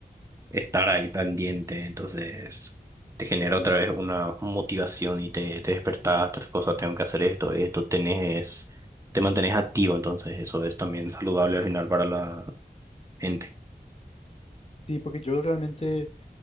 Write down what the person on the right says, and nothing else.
estar ahí pendiente, entonces te genera otra vez una motivación y te, te despertás, otras cosas, tengo que hacer esto, esto, tenés, te mantenés activo, entonces eso es también saludable al final para la gente.